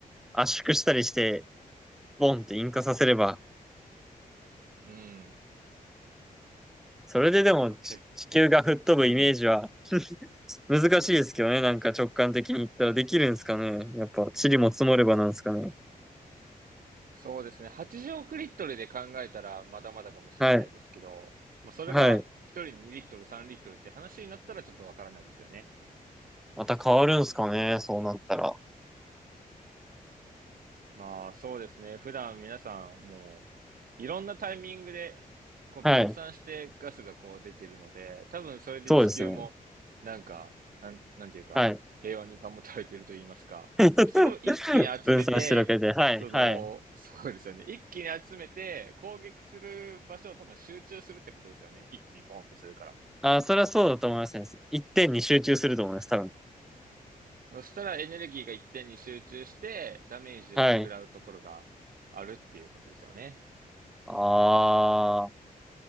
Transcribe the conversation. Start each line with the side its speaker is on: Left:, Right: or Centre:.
Centre: 圧縮したりして、ボンって引火させれば、
Right: うん、
Centre: それででもち地球が吹っ飛ぶイメージは
Right: け、うん。
Centre: 難しいですけどね。なんか直感的に言ったらできるんですかね。やっぱ、塵も積もればなんですかね。
Right: そうですね。80億リットルで考えたらまだまだかもしれないですけど、
Centre: はい。
Right: もうそれが1人2リットル3リットルって話になったらちょっとわからないですよね。
Centre: はい。また変わるんすかね、そうなったら。
Right: まあ、そうですね。普段皆さん、もう、いろんなタイミングで、こう分散してガスがこう出てるので、
Centre: はい。
Right: 多分それで地球も、
Centre: そうですね。
Right: なんか、なん、なんていうか、
Centre: はい。
Right: 平和に保たれていると言いますか。
Centre: <laughs>
Right: でもそれを一気に集めて、
Centre: 分散してるわけで。はい。
Right: その、
Centre: はい。
Right: そうですよね。一気に集めて、攻撃する場所を多分集中するってことですよね。一気にポンってするか
Centre: あ、それはそうだと思いますね。一点に集中すると思います。多分。
Right: ら。そしたらエネルギーが一点に集中して、ダメージを食らうところがあるっていうことですよね。
Centre: はい。ああ、